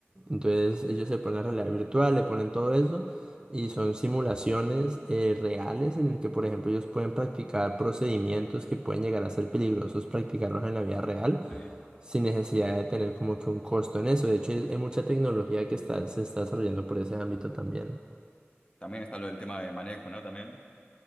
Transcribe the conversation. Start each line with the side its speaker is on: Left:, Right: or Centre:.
Right: Entonces ellos se ponen la realidad virtual, le ponen todo eso y son simulaciones eh, reales en el que, por ejemplo, ellos pueden practicar procedimientos que pueden llegar a ser peligrosos practicarlos en la vida real
Left: Sí.
Right: sin necesidad de tener como que un costo en eso. De hecho, hay, hay mucha tecnología que está, se está desarrollando por ese ámbito también.
Left: También está lo del tema de manejo, ¿no? También